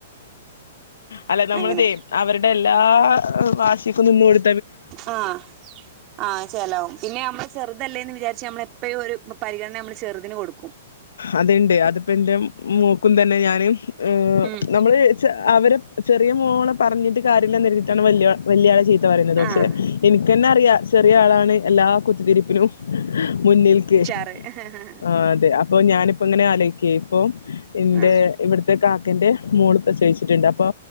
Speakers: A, on the left; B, on the right.
A: അല്ല നമ്മൾതേയ്
B: അങ്ങനെ
A: അവരുടെ എല്ലാ വാഷിക്കും നിന്ന്കൊടു
B: ആഹ് ആഹ് അത്‌ ചേലാവും പിന്നെ നമ്മള് ചെറുതല്ലേ എന്ന് വിചാരിച്ച് നമ്മളെപ്പഴും ഒരു പരിഗണന നമ്മ ചെറുതിന് കൊടു ക്കും
A: അത്ണ്ട് അതിപ്പ എന്റെ മോ മോക്കും തന്നെ ഞാന് ആഹ്
B: ഉം
A: നമ്മള് അവരെ ചെറിയ മോളെ പറഞ്ഞിട്ട് കാര്യല്ലന്നെര്തീട്ടാണ് വല്ല്യ വല്ല്യാളെ ചീത്ത പറയുന്നത് പക്ഷേ
B: ആഹ്
A: എനിക്ക് ക്കന്നെ അറിയാ ചെറിയ ആളാണ് എല്ലാ കുത്തിതിരിപ്പിനും മുന്നിൽക്ക്
B: ണ്ട്
A: ആഹ് അതെ അപ്പൊ ഞാനിപ്പോ ഇങ്ങനെ ആലോയിക്കേയ് ഇപ്പൊ ഇന്റെ
B: ആഹ്
A: ഇവിടുത്തെ കാക്കന്റെ മോള് പ്രസവിച്ചിട്ടുണ്ട് അപ്പൊ